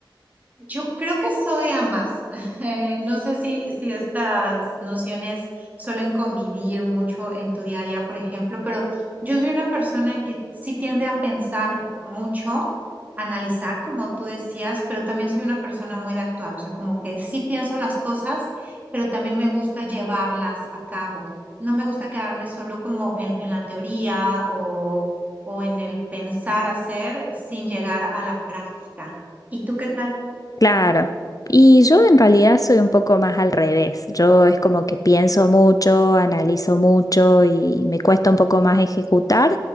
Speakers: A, on the right (about 20°); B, on the left (about 45°).
A: Yo creo que soy ambas. <laughs> Eh, no sé si, si estas nociones suelen convivir mucho en tu día a día, por ejemplo, pero yo soy una persona que sí tiende a pensar mucho, analizar, como tú decías, pero también soy una persona muy de actuar, o sea, como que sí pienso las cosas, pero también me gusta llevarlas a cabo. No me gusta quedarme solo como en, en la teoría o, o en el pensar hacer sin llegar a la práctica. ¿Y tú qué tal?
B: Claro. Y yo en realidad soy un poco más al revés. Yo es como que pienso mucho, analizo mucho y me cuesta un poco más ejecutar,